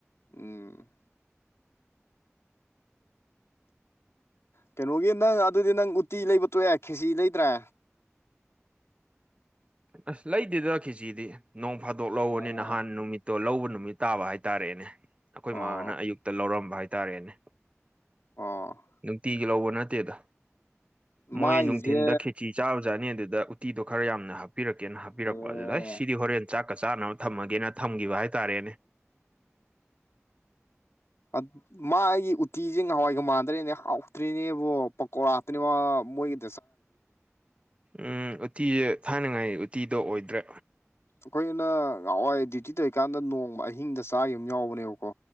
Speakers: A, on the left; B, on the right.
A: ꯎꯝ ꯀꯩꯅꯣꯒꯤ ꯅꯪ ꯑꯗꯨꯗꯤ ꯅꯪ ꯎꯇꯤ ꯂꯩꯕ ꯇꯣꯛꯑꯦ ꯈꯦꯆꯤ ꯂꯩꯗ꯭ꯔꯦ꯫
B: ꯑꯁ ꯂꯩꯗꯦꯗ ꯀꯦꯆꯤꯗꯤ ꯅꯣꯡ ꯐꯥꯗꯣꯛ ꯂꯧꯕꯅꯤꯅ꯫
A: ꯑꯣ
B: ꯅꯍꯥꯟ ꯅꯨꯃꯤꯠꯇꯣ ꯂꯧꯕ ꯅꯨꯃꯤꯠ ꯇꯥꯕ ꯍꯥꯏꯇꯥꯔꯦꯅꯦ ꯑꯩꯈꯣꯏ
A: ꯑꯣ
B: ꯃꯃꯥꯅ ꯑꯌꯨꯛꯇ ꯂꯧꯔꯝꯕ ꯍꯥꯏꯇꯥꯔꯦꯅꯦ꯫
A: ꯑꯣ
B: ꯅꯨꯡꯇꯤꯒꯤ ꯂꯧꯕ ꯅꯠꯇꯦꯗ
A: ꯃꯥꯒꯤꯁꯦ
B: ꯃꯣꯏ ꯅꯨꯡꯊꯤꯟꯗ ꯈꯦꯆꯤ ꯆꯥꯕꯖꯥꯅꯤ ꯑꯗꯨꯗ ꯎꯇꯤꯗꯣ ꯈꯔ ꯌꯥꯝꯅ ꯍꯥꯞꯄꯤꯔꯛꯀꯦꯅ ꯍꯥꯞꯄꯤꯔꯛꯄ
A: ꯑꯣ
B: ꯑꯗꯨꯗ ꯑꯁ ꯁꯤꯗꯤ ꯍꯣꯔꯦꯟ ꯆꯥꯛ ꯀ ꯆꯥꯅꯕ ꯊꯝꯃꯒꯦꯅ ꯊꯝꯒꯤꯕ ꯍꯥꯏꯇꯥꯔꯦꯅꯦ꯫ <inaudible>
A: ꯑ ꯃꯥꯏꯒꯤ ꯎꯇꯤꯖꯦ ꯉꯍꯋꯥꯏꯒ ꯃꯥꯟꯗ꯭ꯔꯦꯅꯦ ꯍꯥꯎꯇ꯭ꯔꯤꯅꯦꯕꯣ ꯄꯀꯧꯔꯥꯛꯇ꯭ꯔꯤ ꯃꯥ ꯃꯣꯏ <unintelligible>
B: ꯎꯝ ꯎꯇꯤꯁꯦ ꯊꯥꯏꯅꯉꯥꯏ ꯎꯇꯤꯗꯣ ꯑꯣꯏꯗ꯭ꯔꯦ꯫
A: ꯑꯈꯣꯏꯅ ꯉꯍꯋꯥꯏ ꯗ꯭ꯌꯨꯇꯤ ꯇꯧꯔꯤꯀꯥꯟꯗ ꯅꯣꯡ ꯑꯍꯤꯡꯗ ꯆꯥꯒꯤ ꯑꯃ ꯌꯥꯎꯕꯅꯦꯕꯀꯣ